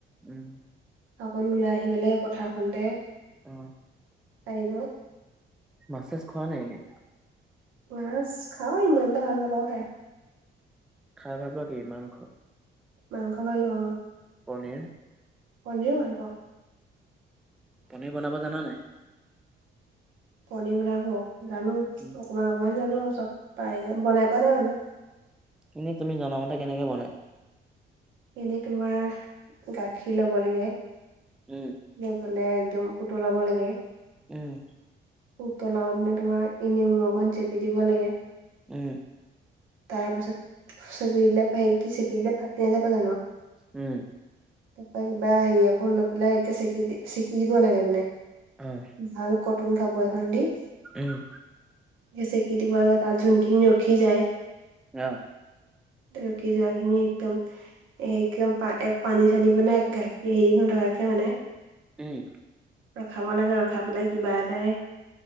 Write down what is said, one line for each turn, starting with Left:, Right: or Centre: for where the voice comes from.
Centre: উম
Right: অকল ওলাই আহি পেলাই পথাৰখনতে
Centre: অ
Right: পাৰিব
Centre: মাছেজ খোৱা নাই নক
Right: মাছ খাও ইমানটা ভাল নাপাওঁ খাই
Centre: খাই ভাবা কি মাংস
Right: মাংস ভালো অ
Centre: পনীৰ
Right: পজিব পালিব
Centre: পনীৰ বনাব জানা নাই
Right: পনিৰ বনাব জানো
Centre: উম,
Right: অকমান অকমান জানো চব পাই বনাই পোৱা নাই মানে
Centre: এনে তুমি জনামতে কেনেকে বনাই
Right: এনেই তোমাৰ গাখীৰ লব লাগে
Centre: উম
Right: সফালে একদম উতলাব লাগে
Centre: উম
Right: উতলাওতেনে তোমাৰ এইনেমু অক চেপি দিব লাগে
Centre: উম
Right: তাৰ পাছত চেপৰিিললে পাহেক চেপিিলে ফাটি নয প্ৰধানক
Centre: উম
Right: তাৰ কিবা হেৰি এখন লৈ পেলাই একে চেকি দি চেকি দিব লাগে মানে
Centre: উম
Right: ভাল কটন কাপোৰ এখন দি
Centre: উম
Right: সেই চেকি দিব লাগে তাত যোনখিনি ৰখি যায়
Centre: অহ
Right: ত ৰখি যোৱা খিনি একদম একদম পা এক পানী চানী মানে গাখীৰ হেৰিত ধৰাকে মানে
Centre: উম
Right: ৰখাব লাগে ৰখাব পেলাই কিবা এটাই